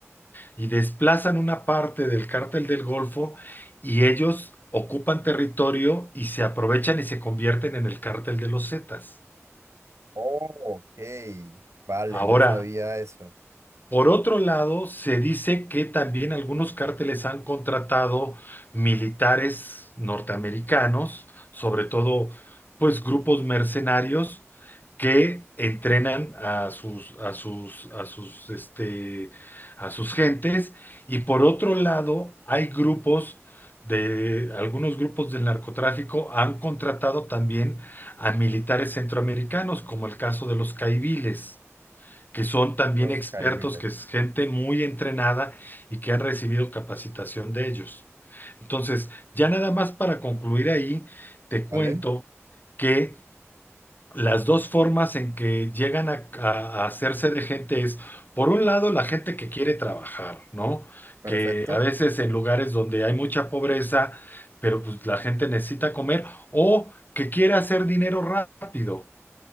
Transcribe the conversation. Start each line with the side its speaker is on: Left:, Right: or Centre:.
Left: y desplazan una parte del cártel del Golfo y ellos ocupan territorio y se aprovechan y se convierten en el cártel de los Zetas.
Right: Oh, ok. Vale,
Left: Ahora.
Right: no sabía eso.
Left: Por otro lado, se dice que también algunos cárteles han contratado militares norteamericanos, sobre todo pues grupos mercenarios que entrenan a sus a sus a sus este a sus gentes y por otro lado hay grupos de algunos grupos del narcotráfico han contratado también a militares centroamericanos, como el caso de los caiviles que son también
Right: Los
Left: expertos,
Right: Caibiles.
Left: que es gente muy entrenada y que han recibido capacitación de ellos. Entonces, ya nada más para concluir ahí, te cuento
Right: Vale,
Left: que las dos formas en que llegan a, a- a hacerse de gente es, por un lado, la gente que quiere trabajar, ¿no?
Right: perfecto.
Left: Que a veces en lugares donde hay mucha pobreza, pero pues la gente necesita comer o que quiere hacer dinero rápido.